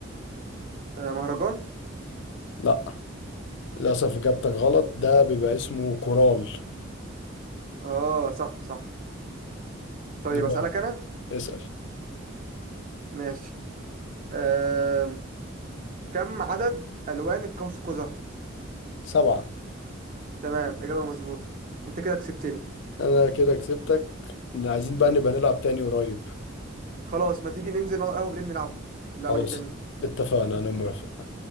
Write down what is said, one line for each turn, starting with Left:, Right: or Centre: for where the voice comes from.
Right: آه، مهرجان
Left: لا للأسف إجابتك غلط ده بيبقى اسمه كورال
Right: اه صح صح طيب
Left: دلوقتي
Right: اسالك انا
Left: اسأل
Right: ماشي آه، كم عدد الوان القوس قزح
Left: سبعة
Right: تمام اجابه مظبوطه انت كده كسبتني
Left: أنا كده كسبتك عايزين بقى نبقى نلعب تاني قريب
Right: خلاص ما تيجي ننزل نقعد على القهوه بالليل نلعب اللعبه
Left: خلاص
Right: دي تاني
Left: اتفقنا أنا موافق